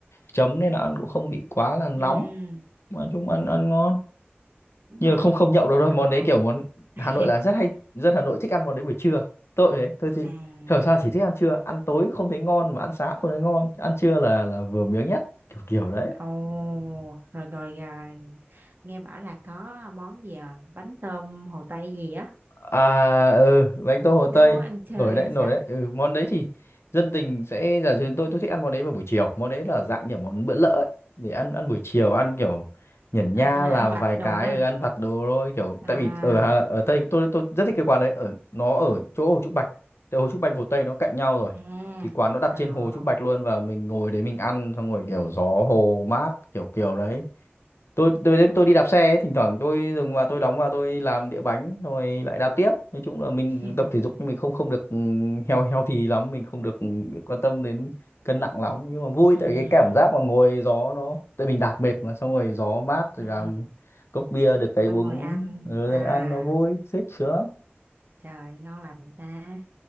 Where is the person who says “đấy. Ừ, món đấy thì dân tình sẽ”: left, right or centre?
Left